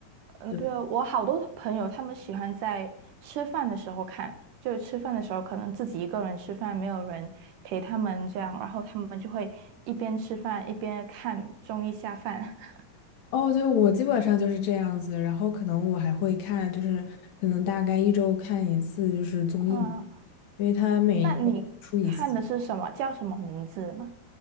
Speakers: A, on the right; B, on the left.
A: 嗯，
B: 对。
A: 对啊，我好多朋友他们喜欢在吃饭的时候看，就吃饭的时候可能自己一个人吃饭，没有人陪他们这样，然后他们就会一边吃饭一边看综艺下饭。<laughs>
B: 哦，对，我基本上就是这样子，然后可能我还会看，就是可能大概一周看一次，就是综艺嘛
A: 嗯，
B: 因为它每天出一次。
A: 那你看的是什么？叫什么名字吗？